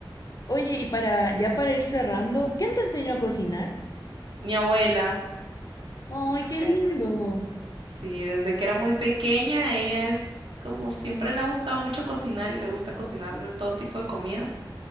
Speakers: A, on the left; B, on the right.
A: Oye, y para ya para ir cerrando, ¿quién te enseñó a cocinar?
B: Mi abuela,
A: ¡Ay,
B: mi
A: qué
B: abuela.
A: lindo!
B: Sí, desde que era muy pequeña, ella es como siempre le ha gustado mucho cocinar y le gusta cocinar de todo tipo de comidas.